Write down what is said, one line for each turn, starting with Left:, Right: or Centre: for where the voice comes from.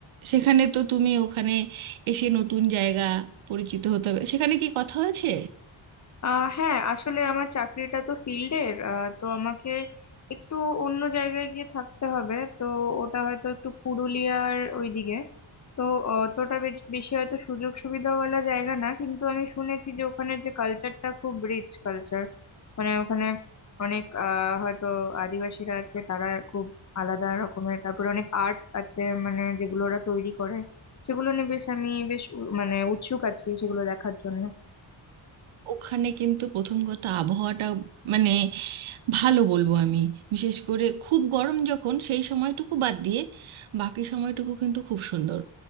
Right: সেখানে তো তুমি ওখানে এসে নতুন জায়গা পরিচিত হতে হবে সেখানে কি কথা হয়েছে
Left: আহ হ্যাঁ আসলে আমার চাকরিটা তো ফিল্ডের তো আমাকে একটু অন্য জায়গায় গিয়ে থাকতে হবে তো ওটা হয়তো একটু পুরুলিয়ার ওইদিকে তো অতটা বেশ- বেশি হয়তো সুযোগ সুবিধাওয়ালা জায়গা না কিন্তু আমি শুনেছি যে ওখানের যে কালচারটা খুব রিচ কালচার মানে ওখানে অনেক আহ হয়তো আদিবাসীরা আছে তারা খুব আলাদা রকমের তারপরে অনেক আর্ট আছে মানে যেগুলো ওরা তৈরি করে সেগুলো নিয়ে বেশ আমি বেশ উ- মানে উৎসুক আছি সেগুলো দেখার জন্য
Right: ওখানে কিন্তু প্রথম কথা আবহাওয়াটা মানে ভালো বলবো আমি বিশেষ করে খুব গরম যখন সেই সময়টুকু বাদ দিয়ে বাকি সময়টুকু কিন্তু খুব সুন্দর